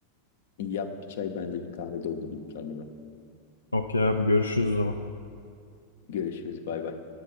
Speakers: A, on the left; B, on the left.
A: Yap bir çay ben de bir kahve doldurayım kendime.
B: Okey abi görüşürüz o zaman.
A: Görüşürüz bay bay.